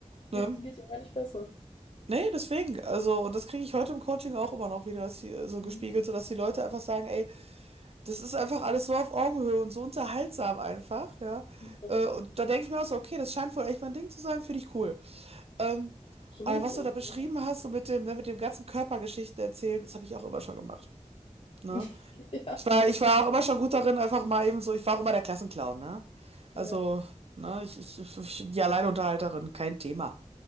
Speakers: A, on the left; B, on the right.
A: geht,
B: Ne?
A: geht ja gar nicht besser.
B: Nee, deswegen. Also, und das kriege ich heute im Coaching auch immer noch wieder, dass die, äh, so gespiegelt,
A: Mhm.
B: so dass die Leute einfach sagen, ey, das ist einfach alles so auf Augenhöhe und so unterhaltsam einfach, ja.
A: Ja,
B: Äh, Und da denke ich mir auch so, okay, das scheint wohl echt mein Ding zu sein, finde ich cool. Ähm,
A: absolut.
B: aber was
A: Also,
B: du da beschrieben
A: ja.
B: hast, so mit dem, ne, mit dem ganzen Körpergeschichten erzählen, das habe ich auch immer schon gemacht. Ne?
A: <laughs> Ja.
B: Ich war, ich war auch immer schon gut darin, einfach mal eben so, ich war auch immer der Klassenclown, ne?
A: Ja.
B: Also, ne, ich, ich, ich, die Alleinunterhalterin, kein Thema.